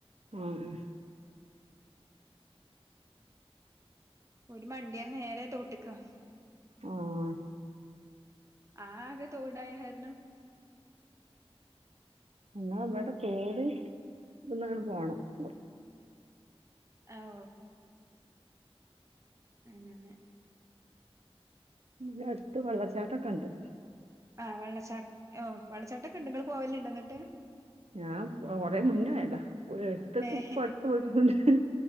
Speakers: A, on the right (about 80°); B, on the right (about 30°).
A: ഉം ഉം
B: ഓര് മണ്ടിയാനേരെ തോട്ട്ക്കാ.
A: ആഹ്
B: ആകെ തോടായ കാര്ണം.
A: എന്നാ ഇവിടെ തോട് ഇവ്ട്ന്നങ്ങട് പോണം കൊ
B: ആഹ് ഓ അങ്ങെനെ
A: വ്ടെ അട്ത്ത് വെള്ളച്ചാട്ടൊക്കെണ്ട്.
B: ആഹ് വെള്ളച്ചാട്ട് ഓ വെള്ളച്ചാട്ടൊക്കെണ്ട് ഇങ്ങള് പോവല്ണ്ടെന്നിട്ട്?
A: ഞാംകൊറെ മുന്നോയതാ പൊ ഇപ്പട്ത്ത്പോയിട്ടൊള്ളു
B: ഏഹ്